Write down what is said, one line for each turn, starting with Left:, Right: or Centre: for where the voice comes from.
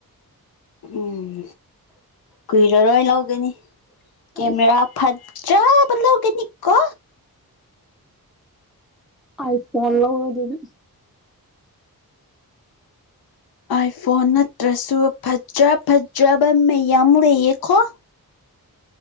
Left: ꯎꯝ ꯀꯨꯏꯔꯔꯣꯏ ꯂꯧꯒꯅꯤ ꯀꯦꯃꯦꯔ
Centre: ꯑꯁ
Left: ꯐꯠꯖꯥꯕ ꯂꯧꯒꯅꯤꯀꯣ
Centre: ꯑꯥꯢ ꯐꯣꯟ ꯂꯧꯔꯣ ꯑꯗꯨꯗꯤ
Left: ꯑꯥꯏꯐꯣꯟ ꯅꯠꯇ꯭ꯔꯁꯨ ꯐꯠꯖꯥ ꯐꯠꯖꯥꯕ ꯃꯌꯥꯝ ꯂꯩꯌꯦꯈꯣ